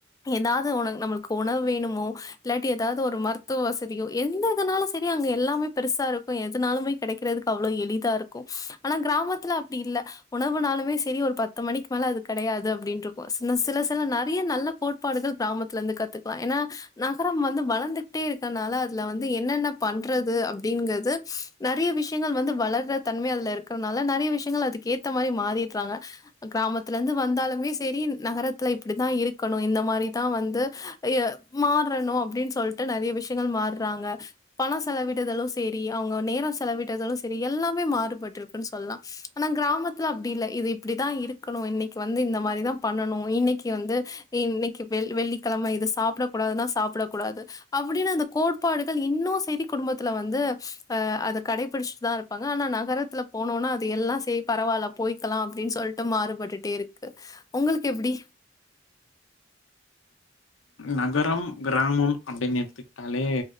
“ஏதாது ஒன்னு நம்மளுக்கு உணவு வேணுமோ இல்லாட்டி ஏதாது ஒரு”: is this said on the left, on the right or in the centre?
Left